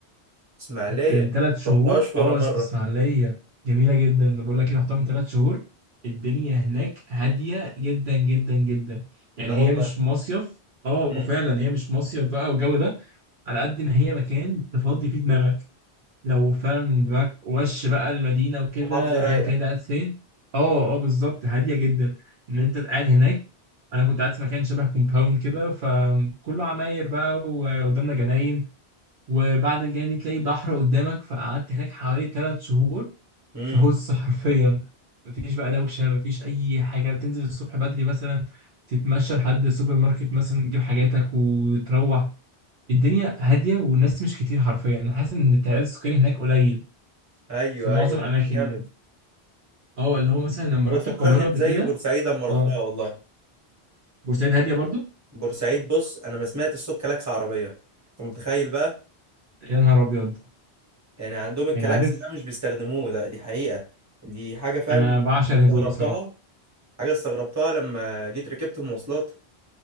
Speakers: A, on the right (about 15°); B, on the right (about 55°).
A: اسماعيليه
B: كنت من ثلاث شهور
A: ما رحتهاش ولا
B: اه
A: مره
B: أصل اسماعيلية جميلة جدا بقول لك ايه رحتها من ثلاث شهور الدنيا هناك هادية جدا جدا جدا يعني
A: لا والله
B: هي مش مصيف اه
A: امم
B: فعلا هي مش مصيف بقى والجو ده على قد ما هي مكان تفضي فيه دماغك لو فعلا دماغك وش بقى المدينة وكده
A: محافظة رايقة
B: أيا كانت قاعد فين اه اه بالظبط هادية جدا إن أنت قاعد هناك أنا كنت قاعد في مكان شبه كومباوند كده فكله عماير بقى وقدامنا جناين وبعد الجناين تلاقي بحر قدامك فقعدت هناك حوالي ثلاث شهور
A: امم
B: في هوس <laughs> حرفيا مفيش بقى دوشة مفيش أي حاجة تنزل الصبح بدري مثلا تتمشى لحد السوبر ماركت مثلا تجيب حاجاتك وتروح الدنيا هادية والناس مش كتير حرفيا أنا حاسس إن التعداد السكاني هناك قليل
A: ايوه
B: في معظم
A: ايوه
B: الاماكن
A: جامد
B: يعني اه اللي هو مثلا لما
A: طب
B: رحت
A: بتفكرني
B: القاهره قبل
A: بزي
B: كده
A: بورسعيد اما رحتها
B: اه
A: والله
B: بورسعيد هاديه برضو
A: بورسعيد بص انا ما سمعت صوت كلاكس عربية انت متخيل بقى
B: يا نهار ابيض
A: يعني عندهم الكلاكس
B: يعني عارف
A: ده مش بيستخدموه ده دي حقيقة دي حاجة فاهم
B: انا بعشق
A: استغربتها
B: الهدوء بصراحه
A: حاجة استغربتها لما جيت ركبت مواصلات